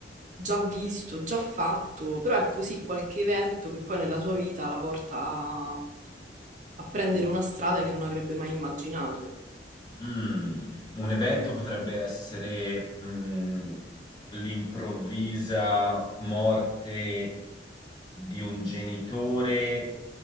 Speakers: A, on the right; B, on the left.
A: già visto, già fatto, però è così qualche evento che poi nella sua vita la porta a, a prendere una strada che non avrebbe mai immaginato.
B: Mm, un evento potrebbe essere mm, l'improvvisa morte di un genitore